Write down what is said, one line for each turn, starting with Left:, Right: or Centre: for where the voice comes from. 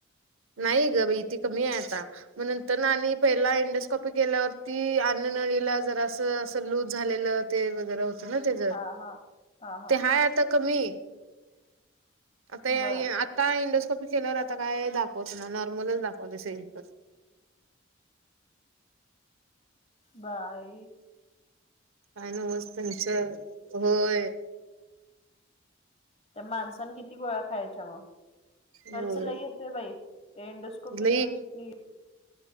Right: नाही ग बा ती कमी आहे आता मग नंतर ना आणि पहिला इंडोस्कॉपी केल्यावरती अन्ननळीला जरा असं अस लूज झालेलं ते वगैरे होतं ना त्या जर
Left: हा हा हा हा
Right: काय आता कमी आता
Left: बर
Right: का इंडोस्कॉपी केल्यावर आता काय दाखवत ना नॉर्मलच दाखवले सगळीकडे
Left: बाय
Right: काय नव त्यांच
Left: की
Right: होय.
Left: त्या माणसान किती गोळा्या खायच्या व खर्च
Right: होय
Left: येतेय बाई ते इंडस्ट कुपित
Right: लई
Left: होतीत.